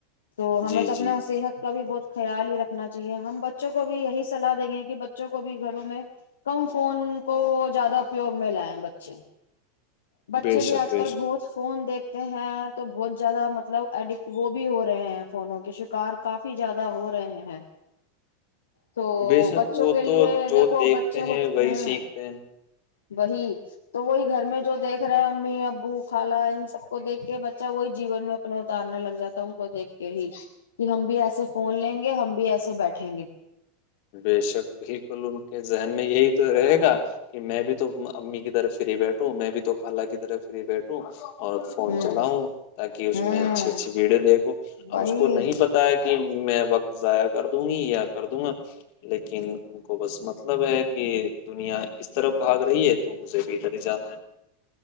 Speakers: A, on the left (about 70°); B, on the left (about 50°).
A: تو ہمیں
B: جی
A: تو اپنا
B: جی
A: صحت کا ابھی بہت خیال ہی رکھنا چاہیے ہم بچوں کو بھی یہی صلا دیں گے کہ بچوں کو بھی گھروں میں کم فون کو زیادہ پیور میں لائیں بچے بچے
B: بے
A: بھی
B: شک
A: اج
B: بے
A: کل
B: شک
A: بہت فون دیکھ دیکھتے ہیں تو بہت زیادہ مطلب ایڈکٹ وہ بھی ہو رہے ہیں فون ہو کے شکار کافی زیادہ ہو رہے ہیں تو
B: بے شک
A: بچوں
B: وہ
A: کے لیے
B: تو جو
A: دیکھو
B: دیکھتے
A: بچے
B: وہی
A: ہیں
B: سیکھتے
A: وہیں تو وہی گھر میں جو دیکھ امی ابو کالا ان سب کو دیکھ کے بچہ وہی جیون میں اپنا اتارنے لگ جاتا ہوں کو دیکھ کے ہی ہم بھی ایسے فون لیں گے ہم بھی ایسے بیٹھیں گے
B: بے شکلوں کے ذہن میں یہی تو رہے گا کہ میں بھی تو امی کی طرف فری بیٹھو میں بھی تو خالہ کی طرف پھر یہ بیٹھوں اور فون
A: ہوں
B: چلاؤ تاکہ اس
A: ہوں
B: میں اچھی اچھی ویڈیو دیکھو
A: وہی
B: اب اس کو نہیں پتہ ہے میں <unintelligible> ضائع کر دوں گی یا کر دوں گا لیکن ان کو بس مطلب ہے کہ دنیا اس طرف بھاگ رہی ہے تو مجھے بھی ادھر ہی جانا ہے